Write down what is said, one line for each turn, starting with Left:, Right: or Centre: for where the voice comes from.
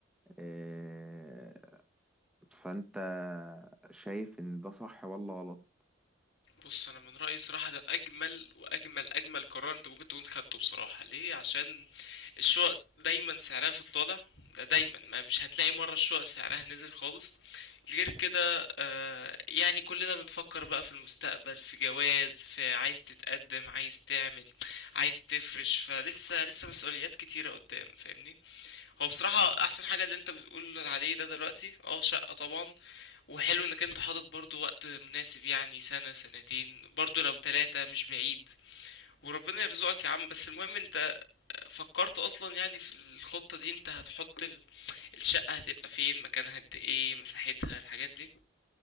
Centre: آه، فانت شايف ان ده صح ولا غلط
Left: بص انا من رايي صراحه ده اجمل واجمل اجمل قرار انت ممكن تكون خدته بصراحه ليه عشان الشقق دايما سعرها في الطالع ده دايما ما مش هتلاقي مره الشقق سعرها نزل خالص غير كده آه يعني كلنا بنفكر بقى في المستقبل في جواز في عايز تتقدم عايز تعمل عايز تفرش فلسه لسه مسؤوليات كتيره قدام فاهمني هو بصراحة احسن حاجة اللي انت بتقول عليه ده دلوقتي اه شقة طبعا وحلو انك انت حاطط برضو وقت مناسب يعني سنة سنتين برضو لو تلاتة مش بعيد وربنا يرزقك يا عم بس المهم انت فكرت اصلا يعني في الخطة دي انت هتحط ال- الشقة هتبقى فين مكانها قد ايه مساحتها الحاجات دي